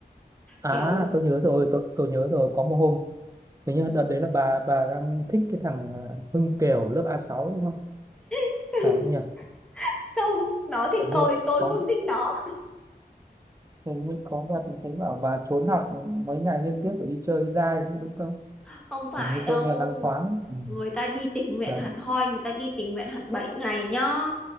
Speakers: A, on the right; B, in the centre.
A: à
B: kiểu
A: tôi nhớ rồi tôi, tôi nhớ rồi có một hôm hình như đợt đấy là bà bà đang thích cái thằng ờ, Hưng Kiều lớp a sáu đúng không
B: <laughs>
A: phải không nhỉ
B: không nó thích
A: hình
B: tôi
A: như
B: tôi
A: có
B: không thích nó
A: hình như có đợt thấy bảo bà trốn học mấy ngày liên tiếp để đi chơi với giai đúng không
B: không phải
A: hình như
B: đâu
A: tôi nghe loáng thoáng Ừ.
B: người ta đi tình nguyện
A: Đợt,
B: hẳn hoi người ta đi tình nguyện hẳn 7 ngày nhá